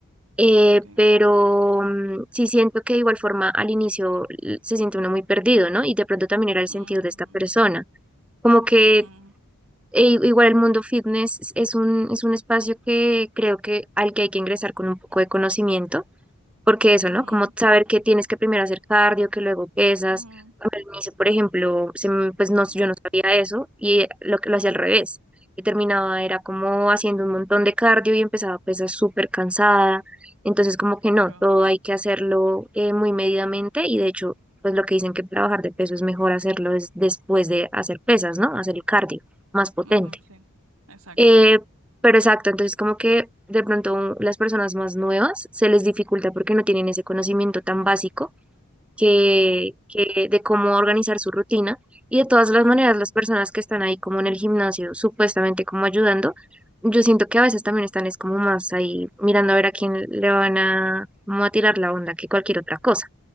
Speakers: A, in the centre; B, on the right (about 65°).
A: Eh,
B: Ok.
A: pero mm, sí siento que de igual forma al inicio l- se siente uno muy perdido, ¿no? Y de pronto también era el
B: Mm,
A: sentido de esta persona. Como que
B: mm,
A: e- igual el mundo fitness es es un, es un espacio que creo que al que hay que ingresar con un poco de conocimiento porque eso,
B: ujú,
A: ¿no? Como saber que tienes que primero hacer cardio, que luego pesas.
B: ujú,
A: A mí al inicio, por ejemplo, se me- pues
B: ujú,
A: no, yo no sabía eso y lo que lo
B: ujú.
A: hacía al revés. Y terminaba, era como haciendo un montón de cardio y empezaba a pesar súper cansada. Entonces, como
B: Claro.
A: que no, todo hay que hacerlo eh, muy medidamente y de hecho, pues lo que dicen que para bajar de peso es mejor hacerlo es después de hacer pesas, ¿no? Hacer el cardio más potente.
B: Ujú, sí. Exacto,
A: Eh,
B: sí.
A: pero exacto, entonces como que de pronto un- las personas más nuevas se les dificulta porque no tienen ese conocimiento tan básico
B: Mm,
A: que, que de cómo organizar su rutina. Y de todas
B: mm,
A: las maneras, las personas que están ahí como en el gimnasio, supuestamente como ayudando, yo siento que a veces también están es como más ahí mirando a ver a quién le van a, como a tirar la onda que cualquier otra cosa.